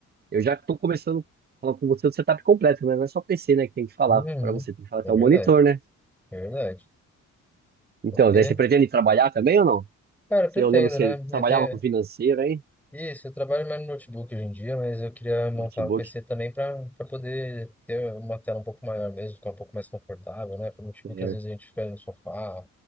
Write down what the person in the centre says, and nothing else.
Uhum.
É
verdade,
é verdade.
Porque,
cara, eu
pretendo,
né?
Eu tenho.
Isso, eu trabalho mais no notebook hoje em dia, mas eu queria montar
o PC também para para poder ter uma tela um pouco maior mesmo, ficar um pouco mais confortável, né? Porque o notebook
às vezes a gente fica no sofá,